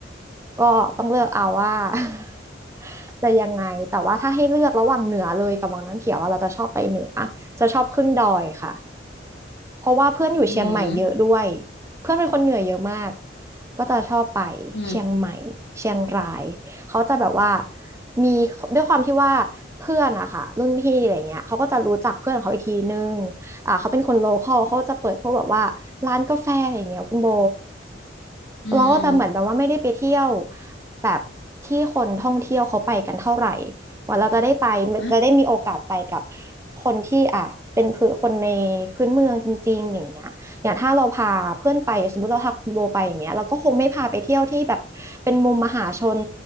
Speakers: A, on the right; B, on the left.
A: ก็ต้องเลือกเอาว่า <laughs> จะยังไงแต่ว่าถ้าให้เลือกระหว่างเหนือเลยกับวังน้ำเขียวว่าเราจะชอบไปเหนือจะชอบขึ้นดอยค่ะ เพราะว่าเพื่อนอยู่เชียงใหม่เยอะด้วย
B: อืม
A: เพื่อนเป็นคนเหนือเยอะมาก ก็จะชอบไปเชียงใหม่เชียงราย
B: อืม
A: เขาจะแบบว่ามีด้วยความที่ว่าเพื่อนอะค่ะรุ่นพี่อะไรเงี้ยเขาก็จะรู้จักเพื่อนของเขาอีกทีนึงอ่าเขาเป็นคนโลคอลเขาก็จะเปิดพวกแบบว่าร้านกาแฟอะไรเงี้ยคุณโบ
B: อืม
A: เราก็จะเหมือนแบบว่าไม่ได้ไปเที่ยวแบบที่คนท่องเที่ยวเขาไปกันเท่าไหร่ ว่าเราจะได้ไปจะได้มีโอกาสไปกับ
B: อืมอ่ะ
A: คนที่อ่ะเป็นพื้นคนในพื้นเมืองจริงๆอย่างเงี้ยอย่างถ้าเราพาเพื่อนไปสมมติเราพาคุณโบไปอย่างเงี้ยเราก็คงไม่พาไปเที่ยวที่แบบเป็นมุมมหาชน